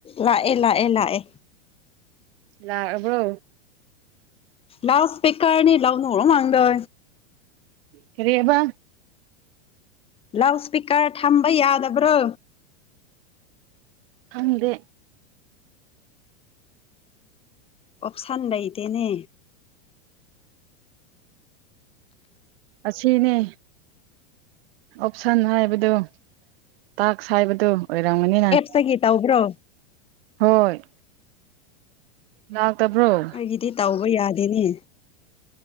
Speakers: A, on the left (about 15°); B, on the right (about 55°).
A: ꯂꯥꯛꯑꯦ ꯂꯥꯛꯑꯦ ꯂꯥꯛꯑꯦ
B: ꯂꯕ꯭ꯔꯣ
A: ꯂꯥꯎ ꯁꯄꯤꯀꯔꯅꯤ ꯂꯥꯎꯅ ꯍꯔꯣ ꯃꯥꯥꯡꯗ
B: ꯀꯔꯤꯕ
A: ꯂꯥꯎꯠ ꯏꯁꯄꯤꯀꯔ ꯊꯝꯕ ꯌꯥꯗꯕ꯭ꯔꯣ
B: ꯍꯪꯗꯦ
A: ꯑꯣꯞꯁꯟ ꯂꯩꯗꯦꯅꯦ
B: ꯑꯁꯤꯅꯦ ꯑꯣꯞꯁꯟ ꯍꯥꯏꯕꯗꯨ ꯇꯥꯛꯁ ꯍꯥꯏꯕꯗꯨ ꯑꯣꯏꯔꯝꯃꯅꯤꯅ
A: ꯁꯒ ꯒꯤ ꯇꯎꯕ꯭ꯔꯣ
B: ꯍꯣꯏ ꯂꯅꯥ ꯇꯕ꯭ꯔꯣ
A: ꯑꯩꯒꯤꯗꯤ ꯇꯧꯕ ꯌꯥꯗꯦꯅꯦ